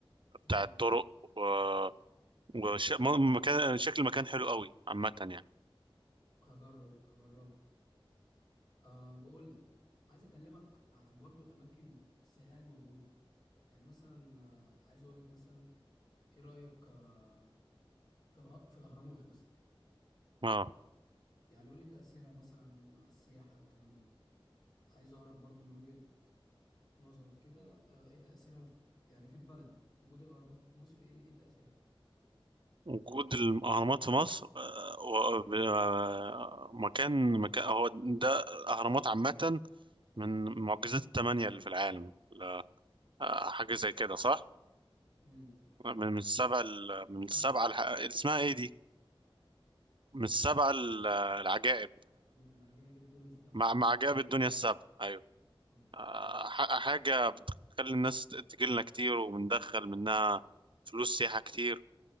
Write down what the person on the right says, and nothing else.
بتاع الطرق و- وش م- مكان شكل المكان حلو قوي عامة يعني
اه
وجود الأهرامات في مصر آه، و- آه، مكان مكان هو ده الأهرامات عامة من معجزات الثمانية اللي في العالم آه، حاجة زي كده صح؟
من من السبع ال- من السبعة
الح... اسمها ايه دي؟ من السبع ال- العجائب
مع مع جاب الدنيا السابقة أيوة
آه،
ح- حاجة بتخلي الناس تجيلنا كتير وبندخل منها فلوس سياحة كتير